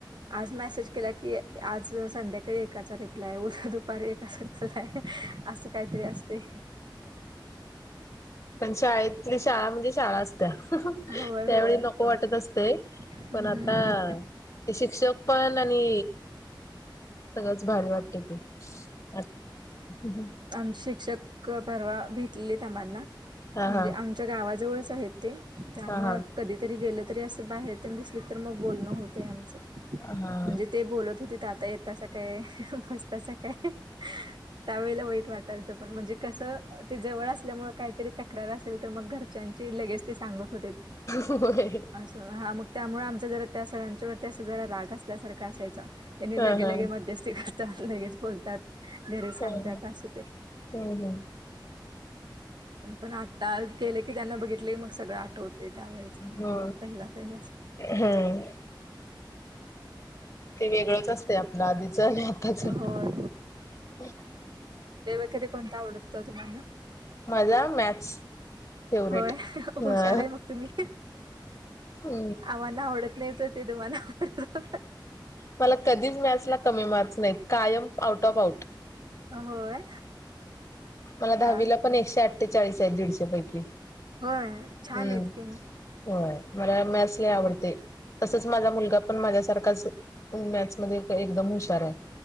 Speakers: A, on the right; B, on the left.
A: आज मेसेज केला की, आज संध्याकाळी एकाचा रिप्लाय दुपारी एकाचा रिप्लाय असं काहीतरी असते.
B: शाळेत कु शाळा, म्हणजे शाळा अस, त्यावेळी
A: होय होय
B: नको वाटत असते
A: हम्म
B: पण आता ते शिक्षक, पण आणि सगळंच भारी वाटते ते, अच ह <unintelligible>
A: आम शिक्षक पररवा भेटलेले आम्हाना
B: हा
A: म्हणजे,
B: हा
A: आमच्या गावाजवळ ह ते त्यामुळं
B: हा हा
A: कधीतरी गेलं तरी असे बाहेर ते दिसले तर मग बोलणं होतं आहे आमचे
B: हा
A: म्हणजे ते बोलत होते ते आता येतसा काय फसता <unintelligible> त्यावेळेला होईल. ण म्हणजे कस जव असल्यामुळे कातरी तक्र असेल तरग घरच्यांचे लगेच ते सांगत होते,
B: होय
A: अस मग त्यामुळे आम जरा त्या सरांच्या वरती अस जला राग असल्यासारखा असायचा. त्यांनी
B: हा
A: लगे
B: हा
A: लगे मध्यस्थी करतात, लगेच बोलतात, घरी सांगतात,
B: हम्म
A: अस
B: हम्म
A: पण आता गेले की त्यांना बघितलंहा ले मग सगळं आठवते, त्यावे
B: हो
A: पहिला पहिलंचग.
B: हम्म ते वेगळंच असत आपल्या आधीच आणि आताच
A: होय
B: ह
A: <unintelligible> कोता आवडत होता हो तुम्हाला?
B: माझा मॅथस फेवेट
A: होय हुशार
B: ह
A: आहे मग तुम्ही
B: ह,
A: आम्हाना आवडत नाही तर ते तुम्हाला आवडत
B: मला कधीच मॅथ्स ला कमी मार्क नाही का कायम आऊट ऑफ आउट
A: होय
B: मला दहावीला
A: हा
B: पण ऐकशेआठेचाळिस चाळीस आहे दीडशपैकी
A: होय छान
B: हम्म
A: आहेत की मग
B: होय, मला मॅथ्स ला आवडते तसच माझा मुलगा पण माझ्यासारखा च मॅथ्स मध्ये एकदम हुशार आहे.